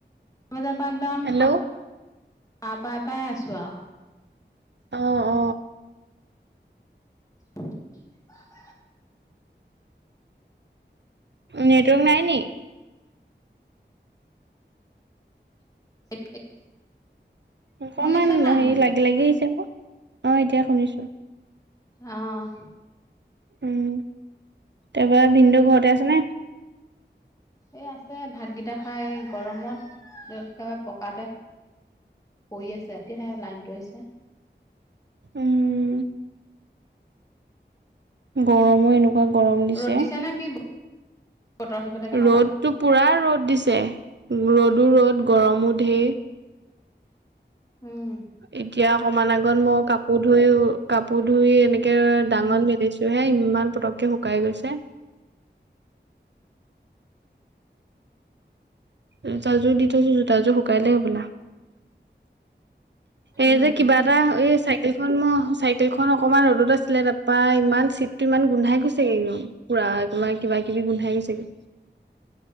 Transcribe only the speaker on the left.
বজা পা একদাম
সাৰ পাই পাই আছো আহ
<unintelligible>
<unintelligible>
শুনিছা নাই
শুনা এতিয়া
আহ
এই আছে ভাতগিটা খাই গৰমত একেবাৰে পকাতে পৰি আছে, এতিয়াহে লাইনটো আহিছে।
ৰ'দ নে কি বতৰ সেইফালে কেনেকুৱা
উম
উম
উম